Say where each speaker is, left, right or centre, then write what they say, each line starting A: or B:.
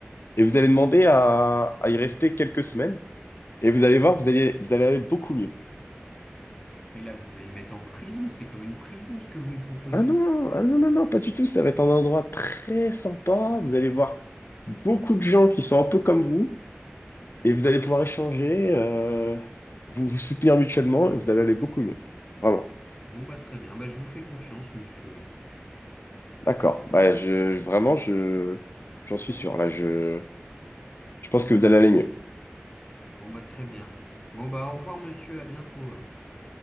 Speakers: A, on the left; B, on the left.
A: et vous allez demander à, à y rester quelques semaines. Et vous allez voir, vous allez, vous allez aller beaucoup mieux.
B: Mais là, vous voulez me mettre en prison. C'est comme une prison, ce que vous me proposez.
A: Ah non, ah non, non, non, pas du tout. Ça va être un endroit très sympa. Vous allez voir beaucoup de gens qui sont un peu comme vous, et vous allez pouvoir échanger, euh, vous vous soutenir mutuellement, et vous allez aller beaucoup mieux. Vraiment.
B: Bon, bah très bien. Bah, je vous fais confiance, monsieur.
A: D'accord. Bah, je, je- vraiment, je, j'en suis sûr. Là, je, je pense que vous allez aller mieux.
B: Bon, bah très bien. Bon, bah au revoir, monsieur. À bientôt. hein.